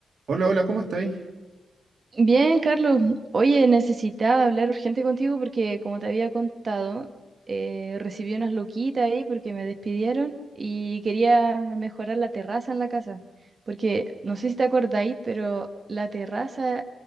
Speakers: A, on the right (about 70°); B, on the right (about 50°).
A: Hola, hola, ¿cómo estáis?
B: Bien, Carlos. Oye, necesitaba hablar urgente contigo porque, como te había contado, eh, recibí unas loquitas ahí porque me despidieron y quería mejorar la terraza en la casa. Porque no sé si te acordáis, pero la terraza